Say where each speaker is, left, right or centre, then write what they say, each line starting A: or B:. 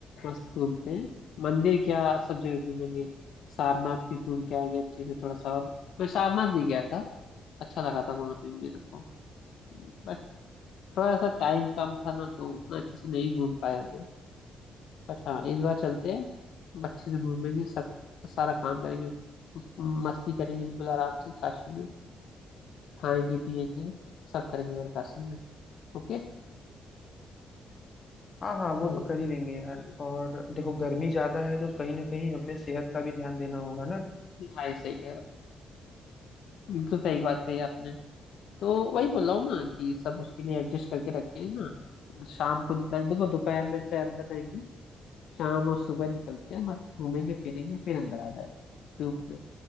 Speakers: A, on the left (about 75°); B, on the left (about 35°).
A: मस्त घूमते हैं मंदिर क्या सब जगह घूमेंगे सारनाथ भी घूम के आएंगे अच्छे से थोड़ा सा और मैं सारनाथ भी गया था अच्छा लगा था वहां पे भी मेरे को बट थोड़ा सा टाइम कम था ना तो उतना अच्छे से नहीं घूम पाया मैं बट हाँ इस बार चलते हैं अच्छे से घूमेंगे सब सारा काम करेंगे मस्ती करेंगे बिल्कुल आराम से काशी में खाएंगे पिएंगे सब करेंगे बस काशी में ओके
B: हाँ हाँ वो
A: चलो
B: तो कर ही लेंगे यार
A: हम्म,
B: और देखो गर्मी ज्यादा है तो कहीं ना कहीं हमें सेहत का भी ध्यान देना होगा ना
A: भाई सही कह रहा हूँ बिल्कुल सही बात कही आपने तो वही बोल रहा हूँ ना कि सब उसके लिए एडजस्ट करके रखते हैं ना शाम को निकल देखो दोपहर में से अंदर रहेंगे शाम और सुबह निकलते हैं मस्त घूमेंगे फिरेंगे फिर अंदर आ जाएंगे धूप में